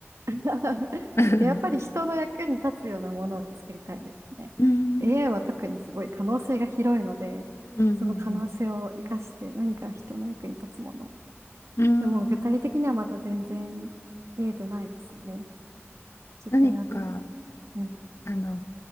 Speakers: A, on the right (about 85°); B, on the left (about 70°).
A: <laughs>
B: <laughs> うー
A: やっぱり人の役に立つようなものが作りたいですね。
B: ん
A: AI は特にすごい可能性が広いので、
B: うんうん
A: その可能性を生かして何か人の役に立つもの。
B: うんうーん
A: でも具体的にはまだ全然見えてないですね。自分がどう。
B: 何か
A: うん、
B: あの